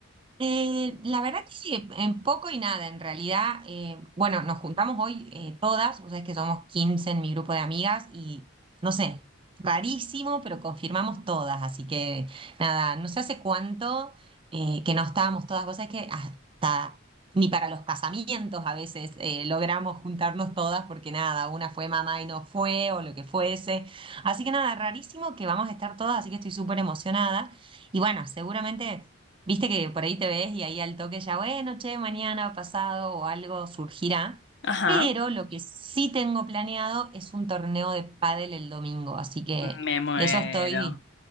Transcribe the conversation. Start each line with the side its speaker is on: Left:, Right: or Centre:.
Right: Eh, la verdad que sí, en poco y nada, en realidad, eh, bueno, nos juntamos hoy eh, todas, vos sabés que somos 15 en mi grupo de amigas y no sé, rarísimo, pero confirmamos todas, así que nada, no sé hace cuánto eh, que no estábamos todas, vos sabés que hasta ni para los casamientos a veces eh, logramos juntarnos todas porque nada, una fue mamá y no fue o lo que fuese, así que nada, rarísimo que vamos a estar todas, así que estoy súper emocionada y bueno, seguramente... Viste que por ahí te ves y ahí al toque ya, bueno, che, mañana, pasado o algo surgirá.
Left: Ajá.
Right: Pero lo que sí tengo planeado es un torneo de pádel el domingo, así que
Left: Me muero.
Right: de eso estoy.